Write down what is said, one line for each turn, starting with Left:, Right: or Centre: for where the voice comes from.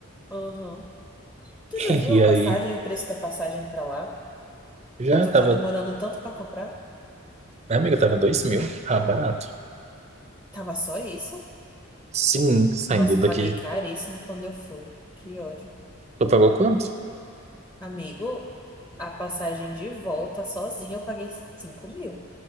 Left: uhum. Tu
Right: <laughs>
Left: já viu a
Right: E
Left: passagem,
Right: aí,
Left: o preço da passagem pra lá?
Right: já
Left: Tá, tu
Right: tava.
Left: tá demorando tanto pra comprar?
Right: Minha amiga tava dois mil. Ah, barato.
Left: Tava só isso?
Right: Sim, saindo
Left: Nossa,
Right: daqui
Left: eu paguei caríssimo quando eu fui. Que ódio.
Right: Tu pagou quanto?
Left: Amigo, a passagem de volta sozinha eu paguei 5 mil.